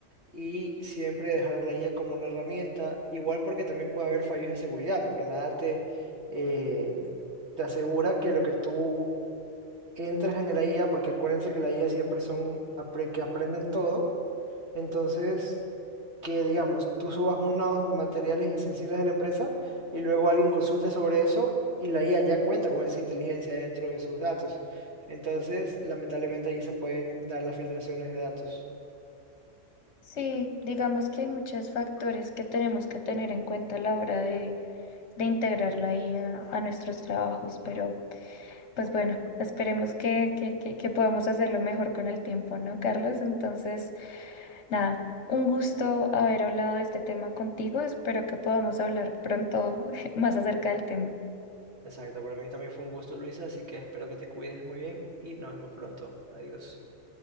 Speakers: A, on the right; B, on the left.
A: y siempre dejar a la guía como una herramienta, igual porque también puede haber fallos de seguridad, porque nada te, eh, te asegura que lo que tú entras en la IA, porque acuérdense que la IA siempre son apre- que aprenden todo entonces, que digamos, tú subas unos materiales sensibles de la empresa y luego alguien consulte sobre eso y la IA ya cuenta con esa inteligencia dentro de sus datos. Entonces, lamentablemente allí se pueden dar las filtraciones de datos.
B: Sí, digamos que hay muchos factores que tenemos que tener en cuenta a la hora de, de integrar la I a a nuestros trabajos, pero pues bueno, esperemos que, que, que, que podamos hacerlo mejor con el tiempo, ¿no, Carlos? Entonces, nada, un gusto haber hablado de este tema contigo, espero que podamos hablar pronto <laughs> más acerca del tema.
A: Exacto, para mí también fue un gusto, Luisa, así que espero que te cuides muy bien y nos vemos pronto. Adiós.